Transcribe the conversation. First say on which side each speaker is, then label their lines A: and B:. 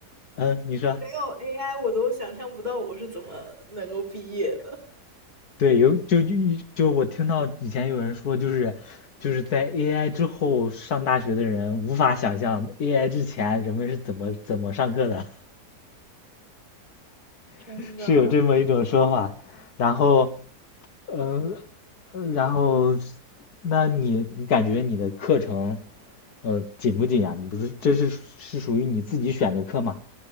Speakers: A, on the left; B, on the right.
A: 嗯，你说。
B: 没有 AI，我都想象不到我是怎么能够毕业的。
A: 对，有就就就我听到以前有人说，就是就是在 AI 之后上大学的人无法想象 AI 之前人们是怎么怎么上课的，
B: 真的，
A: <laughs> 是有这么一种说法。然后，呃，呃然后，那你你感觉你的课程，呃，紧不紧呀？你不是这是是属于你自己选的课吗？